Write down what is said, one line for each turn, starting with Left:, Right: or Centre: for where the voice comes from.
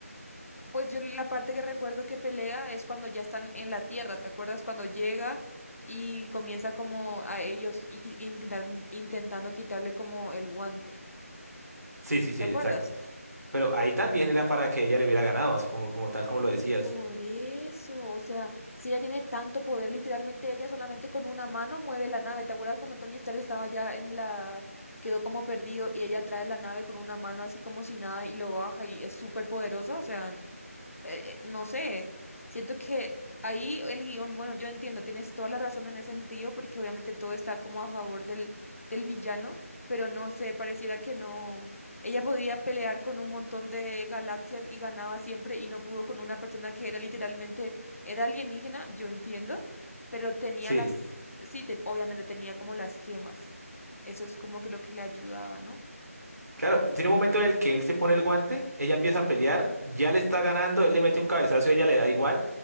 Left: Pues yo la parte que recuerdo que pelea es cuando ya están en la Tierra, ¿te acuerdas? Cuando llega y comienza como a ellos y, qui- intentan- intentando quitarle como el guante.
Right: Sí, sí, sí,
Left: ¿Te acuerdas?
Right: exacto. Pero ahí también era para que ella le hubiera ganado, como, como tal como lo decías.
Left: Por eso, o sea, si ella tiene tanto poder, literalmente ella solamente con una mano mueve la nave. ¿Te acuerdas cuando Tony Stark estaba ya en la... quedó como perdido y ella trae la nave con una mano así como si nada y lo baja y es súper poderosa? O sea, eh, eh, no sé, siento que ahí el guión, bueno, yo entiendo, tienes toda la razón en ese sentido, porque obviamente todo está como a favor del, del villano, pero no sé, pareciera que no. Ella podía pelear con un montón de galaxias y ganaba siempre y no pudo con una persona que era literalmente, era alienígena, yo entiendo, pero tenía
Right: Sí.
Left: las, sí, te- obviamente tenía como las gemas. Eso es como que lo que le ayudaba, ¿no?
Right: Claro, tiene un momento en el que él se pone el guante, ella empieza a pelear, ya le está ganando, él le mete un cabezazo y ella le da igual.